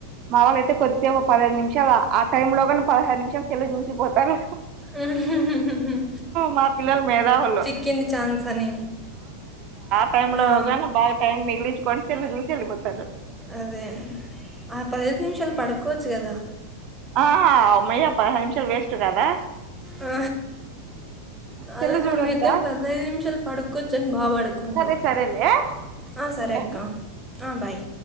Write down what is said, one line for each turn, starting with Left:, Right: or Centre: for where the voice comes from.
Right: మా వాళ్ళు అయితే కొద్దిసేపు ఒక పదిహేను నిమిషాలు ఆ టైమ్ లోగా పదహారు నిమిషాలకెళ్లి చూసిపోతాను
Centre: అహ
Right: మా పిల్లలు మేధావులు
Centre: చిక్కింది ఛాన్స్ అని
Right: టై లో
Centre: ఆ,
Right: గాని బాగ టైం మిగిలిచుకోని సెల్ చూసి వెళ్ళిపోతారు
Centre: అదే ఆ పదహైదు నిమిషాలు పడుకోవచ్చు కదా
Right: ఆ అ మయ్యా పదిహై నిమిషాలు వేస్ట్ కదా
Centre: ఆ
Right: సెల్లు
Centre: అదే మనమయితే
Right: చూడొద్దా
Centre: పదహైదు నిమిషాలు పడుకోచోనీ బాగా పడుకుంటాం
Right: సరే సరేలే
Centre: ఆ సరే
Right: ఉంటాను
Centre: అక్కా ఆ బాయ్